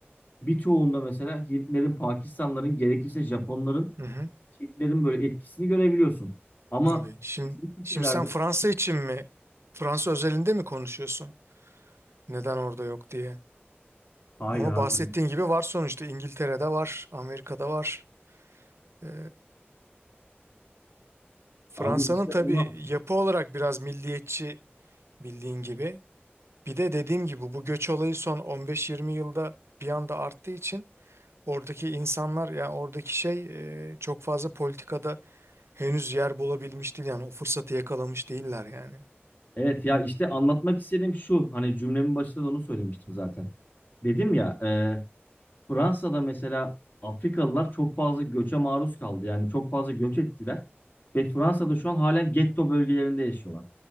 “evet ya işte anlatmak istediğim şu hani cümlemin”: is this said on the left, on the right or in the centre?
Left